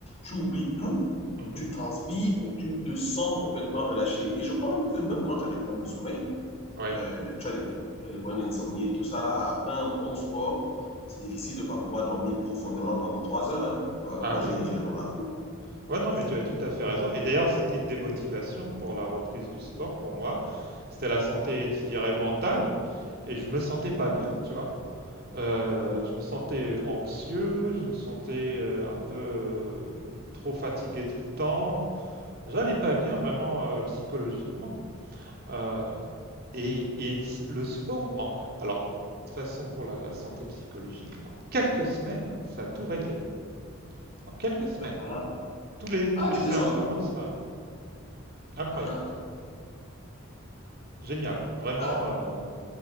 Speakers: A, on the left (about 30°); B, on the right (about 45°).
A: tu oublies tout,
B: Mhm.
A: tu transpires, tu te sens complètement relâché. Et je crois même que même quand tu as des problèmes de sommeil,
B: Ouais.
A: euh, de- tu as des problèmes, tu as des problèmes d'insomnie et tout ça là. Après un bon sport, c'est difficile de ne pas pouvoir dormir profondément pendant trois heures. hein. Ouais,
B: Ah
A: moi,
B: oui,
A: j'ai
B: oui.
A: j'ai
B: euh,
A: remarqué
B: Ouais, non,
A: ici.
B: mais tu as tout à fait raison. Et d'ailleurs, c'était une démotivation pour la reprise du sport pour moi. C'était la santé, je dirais, mentale. Et je me sentais pas bien, tu vois. Euh,
A: Ouais,
B: je me sentais anxieux, je me sentais euh, un peu euh, trop fatigué tout le temps. J'allais pas bien vraiment euh, psychologiquement. Euh, et, et s- le sport, en... alors, de toute façon, pour la, la santé psychologique, en quelques semaines, ça a tout réglé. En quelques semaines,
A: voilà.
B: tous les, tous
A: Ah,
B: les
A: tu
B: symptômes
A: t'es senti.
B: ont disparu. Incroyable.
A: Ah,
B: génial, vraiment.
A: ah,
B: euh,